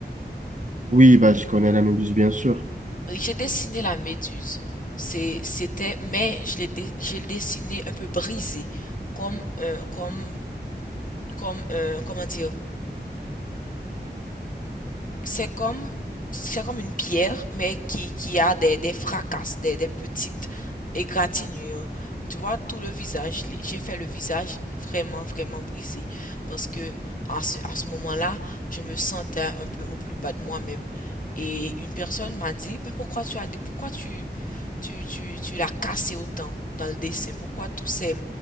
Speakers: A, on the right (about 45°); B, on the left (about 50°).
A: Oui, bah, je connais la Méduse, bien sûr.
B: Oui, J'ai dessiné la méduse. C'est, c'était, mais je l'ai, dé- je l'ai dessiné un peu brisé, comme, un- comme, comme, un- comment dire, c'est comme c'est comme une pierre, mais qui, qui a des, des fracasses, des, des petites égratignures. Tu vois, tout le visage, j'ai fait le visage vraiment, vraiment brisé. Parce que à ce, à ce moment-là, je me sentais un peu au plus bas de moi-même. Et une personne m'a dit, mais pourquoi tu as, pourquoi tu, tu, tu, tu l'as cassé autant dans le dessin? Pourquoi tous ces,